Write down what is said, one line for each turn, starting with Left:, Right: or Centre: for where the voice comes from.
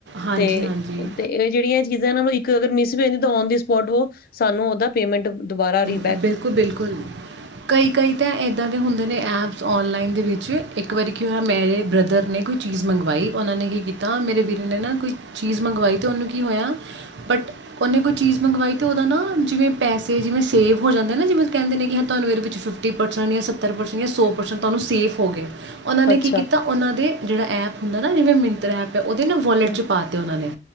Right: ਹਾਂਜੀ
Left: ਤੇ
Right: ਹਾਂਜੀ
Left: ਤੇ ਇਹ ਜਿਹੜੀਆਂ ਚੀਜ਼ਾਂ ਇਹਨਾਂ ਨੂੰ ਅਗਰ ਮਿਸ ਵੀ ਹੁੰਦਾ ਔਨ ਦੀ ਸਪੋਟ ਉਹ ਸਾਨੂੰ ਉਹਦਾ ਪੇਮੈਂਟ ਦੁਬਾਰਾ ਰਿ
Right: ਬਿਲਕੁਲ-ਬਿਲਕੁਲ ਕਈ ਕਈ ਤਾਂ ਇੱਦਾਂ ਦੇ ਹੁੰਦੇ ਨੇ ਐਪਸ ਔਨਲਾਈਨ ਦੇ ਵਿੱਚ ਇੱਕ ਵਾਰੀ ਕੀ ਹੋਇਆ ਮੇਰੇ ਬ੍ਰਦਰ ਨੇ ਕੋਈ ਚੀਜ਼ ਮੰਗਵਾਈ ਉਹਨਾਂ ਨੇ ਕੀ ਕੀਤਾ ਮੇਰੇ ਵੀਰ ਨੇ ਨਾ ਕੋਈ ਚੀਜ਼ ਮੰਗਵਾਈ ਅਤੇ ਉਹਨੂੰ ਕੀ ਹੋਇਆ ਬਟ ਉਹਨੇ ਕੋਈ ਚੀਜ਼ ਮੰਗਵਾਈ ਤਾਂ ਉਹਦਾ ਨਾ ਜਿਵੇਂ ਪੈਸੇ ਜਿਵੇਂ ਸੇਫ ਹੋ ਜਾਂਦੇ ਨਾ ਜਿਵੇਂ ਕਹਿੰਦੇ ਨੇ ਕਿ ਤੁਹਾਨੂੰ ਇਹਦੇ ਵਿੱਚ ਫਿਫਟੀ ਪਰਸੈਂਟ ਜਾਂ ਸੱਤਰ ਪਰਸੈਂਟ ਜਾਂ ਸੌ ਪ੍ਰਸੈਂਟ ਤੁਹਾਨੂੰ ਸੇਫ ਹੋ ਗਿਆ। ਉਹਨਾਂ ਨੇ
Left: ਅੱਛਾ
Right: ਕੀ ਕੀਤਾ ਉਹਨਾਂ ਦੇ ਜਿਹੜਾ ਐਪ ਹੁੰਦਾ ਨਾ ਜਿਵੇਂ ਮਿੰਟ ਐਪ ਉਹਦੇ ਨਾ ਵੋਲਟ
Left: ਹੂੰ,
Right: ਪਾਤੇ ਉਹਨਾਂ ਨੇ